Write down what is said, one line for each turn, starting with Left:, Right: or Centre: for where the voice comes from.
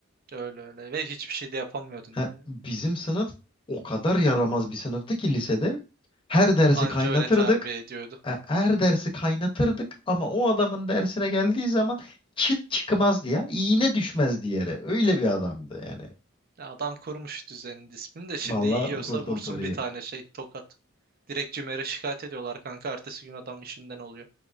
Right: Öyle öyle. Ve hiçbir şey de yapamıyordun
Left: Ha,
Right: yani.
Left: bizim sınıf o kadar yaramaz bir sınıftı ki lisede. Her dersi
Right: Anca
Left: kaynatırdık.
Right: öyle terbiye ediyordu.
Left: E, Her dersi kaynatırdık ama o adamın dersine geldiği zaman çıt çıkmazdı ya. İğne düşmezdi yere. Öyle bir adamdı yani.
Right: Ya Adam kurmuş düzenini, disiplini de şimdi
Left: Vallahi
Right: yiyorsa
Left: kurdu
Right: vursun
Left: o toruyu.
Right: bir tane şey tokat. Direkt CİMER'e şikayet ediyorlar kanka. Ertesi gün adam işinden oluyor.